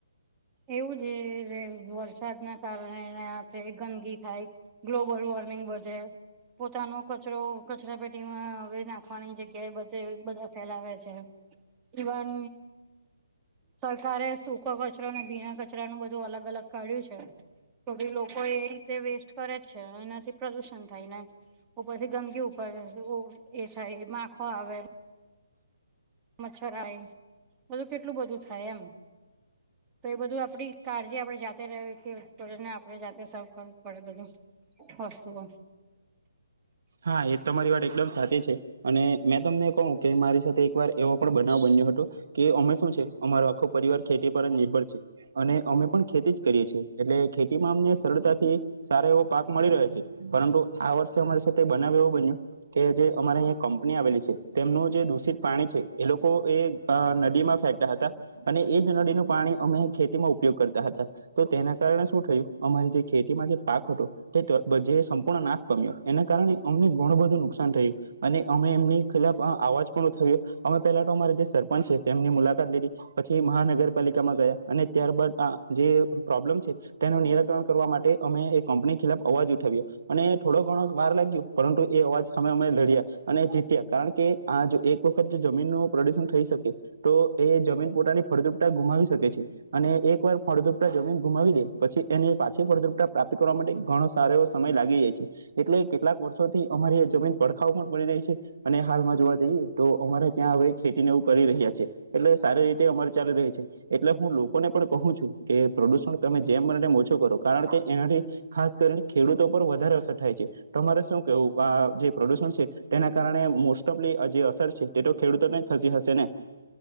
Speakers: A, on the right; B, on the right.
A: એવું છે વરસાદના કારણે ગંદગી થાય ગ્લોબલ વોર્મિંગ વધે પોતાનો કચરો કચરા પેટીમાં હવે નાખવાની જગ્યા એ બધે બધા ફેલાવે છે. ઇવન, સરકારે સુ કવજ રો ને ભીણા કચરાનું બધું અલગ અલગ કાઢ્યું છે. તો ભી લોકો એ રીતે વેસ્ટ કરે જ છે, એનાથી પ્રદુષણ થાય ને પછી ગંદકી ઉપર ઓ એ છે માખો આવે મચ્છર આય બધું કેટલું બધું થાય એમ. તો એ બધું આપડી કાળજી આપણે જાતે <unintelligible> આપણે જાતે સાફ કરવું પડે બધું. વસ્તુઓ.
B: હા એ તમારી વાત એકદમ સાચી છે. અને મેં તમને કહું કે મારી સાથે એકવાર એવો પણ બનાવ બન્યો હતો. કે અમે શું છે અમારો આખો પરિવાર ખેતી પર જ નિર્ભર છે અને અમે પણ ખેતી જ કરીએ છીએ એટલે ખેતીમાં અમને સરળતાથી સારો એવો પાક મળી રહે છે, પરંતુ આ વર્ષે અમારી સાથે બનાવ એવો બન્યો કે જે અમાર અહીંયા કંપની આવેલી છે તેમનું જે દૂષિત પાણી છે એ લોકો એ અ નદીમાં ફેંકતા હતા અને એ જ નદીનું પાણી અમે ખેતીમાં ઉપયોગ કરતા હતા તો તેના કારણે શું થયું અમારી જે ખેતીમાં જે પાક હતો <unintelligible> જે સંપૂર્ણ નાશ પમ્યો એને કારણ કે અમને ઘણું બધું નુકસાન થયું અને અમે એમની ખિલાફ અ આવાજ થયું અમે પેલા તો અમારે જે સરપંચ છે તેમની મુલાકાત લીધી. પછી મહાનગરપાલિકામાં ગયા અને ત્યારબાદ આ જે પ્રોબ્લેમ છે. તેનું નિરાકરણ કરવા માટે અમે એ કંપની ખિલાફ અવાજ ઉઠાવ્યો અને થોડો ઘણો વાર લાગ્યું પરંતુ એ અવાજ અમે અમે લડ્યા અને જીત્યા કારણ કે આ જો એક જમીનનું પ્રદુશન થઈ શકે તો એ જમીન પોતાની ફળદ્રુપતા ગુમાવી શકે છે. અને એક વાર ફળદ્રુપટા જમીન ગુમાવી દે પછી એની પાછી ફળદ્રુપટા પ્રાપ્ત કરવા માટે ગણો સારો એવો સમય લાગી જાય છે, એટલે કેટલાક વર્ષોથી અમારી આ જમીન પડખાાવ પણ પડી રહે છે. અને હાલમાં જોવા જઈએ તો અમારે ત્યાં હવે ખેતીને એવું કરી રહ્યા છે. એટલે સારી રીતે અમારી ચાલી રહી છે. એટલે હું લોકોને પણ કહું છું કે પ્રદુષણ તમે જેમ બને તેમ ઓછું કરો કારણ કે એનાથી ખાસ કરીને ખેડૂતો પર વધારે અસર થાય છે. તમારે શું કેવું આ જે પ્રદુષણ છે તેના કારણે મોસ્ટ ઓફલી અ જે અસર છે તે તો ખેડૂતો ને થતી હશે ને.